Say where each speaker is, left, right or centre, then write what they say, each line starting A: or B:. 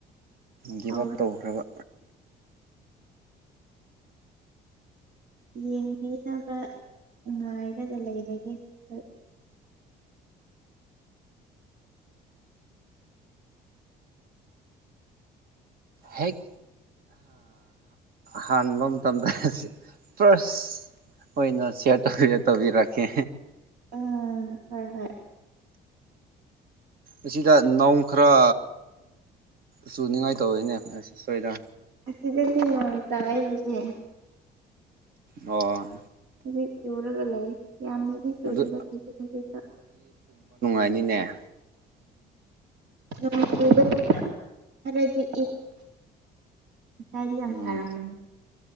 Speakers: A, on the right (about 60°); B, on the right (about 85°).
A: ꯒꯤꯞ
B: ꯍꯧꯔꯣ
A: ꯑꯞ ꯇꯧꯈ꯭ꯔꯕ
B: ꯌꯦꯡꯕꯤꯅꯕ ꯉꯥꯏꯔꯒ ꯂꯩꯔꯒꯦ ꯍꯣꯏ
A: ꯍꯦꯛ ꯍꯥꯟꯕ ꯃꯇꯝꯗ ꯐ꯭ꯔꯁ ꯑꯣꯏꯅ ꯁꯤꯌꯥꯔ ꯇꯧꯕ ꯇꯧꯕꯤꯔꯛꯀꯦ
B: ꯎꯝ ꯍ ꯍꯣꯏ
A: ꯑꯁꯤꯗ ꯅꯧ ꯈꯔ ꯆꯨꯅꯤꯡꯉꯥꯏ ꯇꯧꯋꯤꯅꯦ ꯁꯣꯏꯗ
B: ꯁꯤꯗꯗꯤ ꯉꯣꯟ ꯇꯥꯏ ꯍꯧꯖꯤꯦ
A: ꯑꯣ
B: ꯍꯧꯖꯤ ꯆꯨꯔꯒ ꯂꯩ ꯌꯥꯝꯅꯗꯤ ꯆꯨꯔꯤꯕ
A: ꯑꯗꯨ
B: ꯈꯖꯤꯛ ꯈꯖꯤ
A: ꯀꯅꯤꯅꯦꯦ
B: ꯐꯕꯔꯗꯤ ꯁ ꯍꯥꯏꯔꯤ ꯌꯥꯝ ꯌꯥꯝ
A: ꯎꯝ
B: ꯁꯔꯝ ꯃꯅꯤ